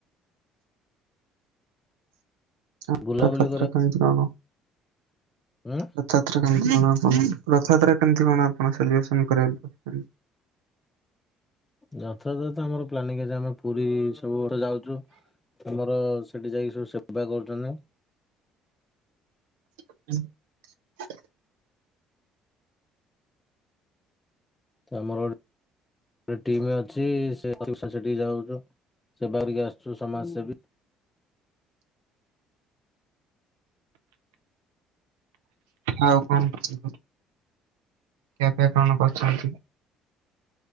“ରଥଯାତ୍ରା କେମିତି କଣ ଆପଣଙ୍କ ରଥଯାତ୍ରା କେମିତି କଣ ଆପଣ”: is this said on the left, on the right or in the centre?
Right